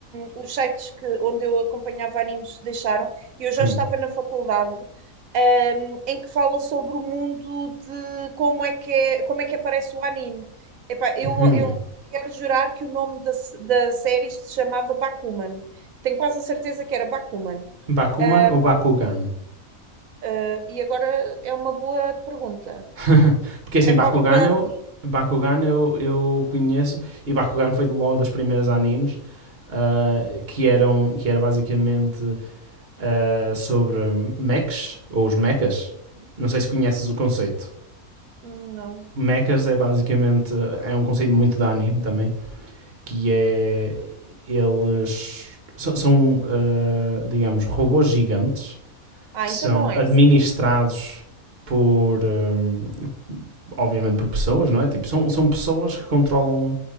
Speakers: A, on the right; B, on the right.
A: Os sites que, onde eu acompanhava animes deixaram, e eu já
B: Hum.
A: estava na faculdade, um, em que fala sobre o mundo de como é que, é, como é que aparece o anime. Epá, eu,
B: Hum.
A: eu quero jurar que o nome da, s- da série se chamava Bakuman. Tenho quase a certeza que era Bakuman.
B: Bakuman
A: Um,
B: ou Bakugan?
A: Uh, e agora é uma boa pergunta.
B: <laughs> Porque assim,
A: Era
B: Bakugan
A: qualquer coisa
B: eu,
A: assim.
B: Bakugan eu, eu conheço e Bakugan foi logo das primeiras animes ah, que eram que era basicamente ah, sobre mechs ou os mechas. Não sei se conheces o conceito.
A: Hum, Não.
B: Mechas é basicamente é um conceito muito de anime também, que é eles são, são, ah, digamos robôs gigantes
A: Ah,
B: que
A: então
B: são
A: não é.
B: administrados por, hum, obviamente, por pessoas, não é? Tipo, são, são pessoas que controlam